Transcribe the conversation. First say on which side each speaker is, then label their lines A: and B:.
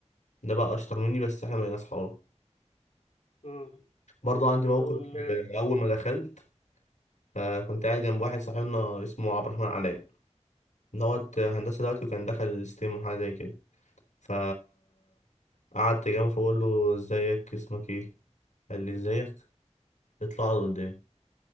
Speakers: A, on the left; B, on the left.
A: ده بقى اشطر مني بس احنا بقينا اصحاب
B: مم.
A: برضه عندي موقف
B: او ال
A: آه، اول ما دخلت آه، كنت قاعد جنب واحد صاحبنا اسمه عبد الرحمن علاء دوت آه، هندسه دلوقتي وكان دخل ستيم وحاجه زي كده ف قعدت جنبه فبقول له ازيك اسمك ايه قال لي ازيك اطلع اقعد قدام